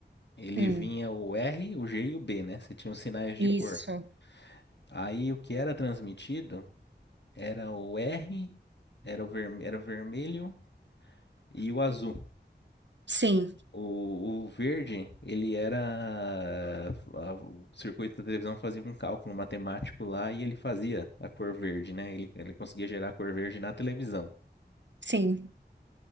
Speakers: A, on the left (about 70°); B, on the right (about 80°).
A: Ele
B: hum,
A: vinha o R, o G e o B, né? Você tinha os sinais
B: isso.
A: de cor. Aí o que era transmitido era o R, era o, verme- era o vermelho e o azul.
B: Sim,
A: O, o verde, ele era. a- o circuito da televisão fazia um cálculo matemático lá e ele fazia a cor verde, né? Ele, ele conseguia gerar a cor verde na televisão.
B: sim.